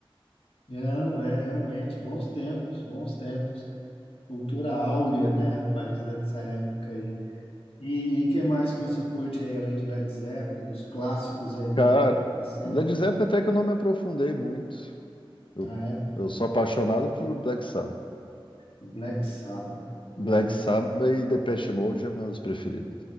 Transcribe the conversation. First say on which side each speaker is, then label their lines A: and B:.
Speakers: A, on the left; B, on the left.
A: Não, é, realmente, bons tempos, bons tempos. Cultura áurea, né, rapaz, dessa época aí. E, o que mais que você curte aí, além de Led Zeppelin, dos clássicos aí dos
B: Cara,
A: anos sessenta?
B: Led Zeppelin até que eu não me aprofundei muito. Eu,
A: Ah, é?
B: eu sou apaixonado por Black Sabbath.
A: Black Sabbath. Black,
B: Black Sabbath e Depeche Mode é meus preferidos.